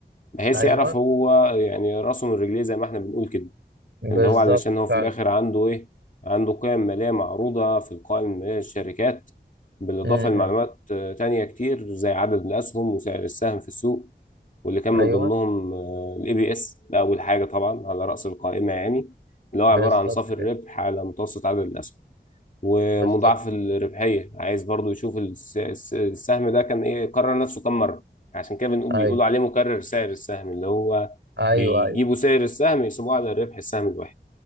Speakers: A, on the left; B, on the right.
A: بحيث
B: ايوه
A: يعرف هو يعني راسه من رجليه زي ما احنا بنقول كده
B: بالظبط
A: اللي هو علشان هو
B: فعلا
A: في الاخر عنده ايه عنده قيم ماليه معروضه في القائمه الماليه للشركات بالاضافه
B: امم
A: لمعلومات آه، تانية كتير زي عدد الاسهم وسعر السهم في السوق واللي كان من
B: ايوه
A: ضمنهم الاي بي اس ده اول حاجه طبعا على راس القائمه يعني اللي هو عباره
B: بالظبط
A: عن صافي
B: كده
A: الربح على متوسط عدد الاسهم ومضاعف
B: بالظبط
A: الربحيه عايز برضو يشوف الس- الس- السهم ده كان ايه كرر نفسه كم مره عشان كده بنقول
B: ايوه
A: بيقولوا عليه مكرر سعر السهم اللي هو
B: ايوه
A: بيجيبوا
B: ايوه
A: سعر السهم يسيبوه على الربح السهم الواحد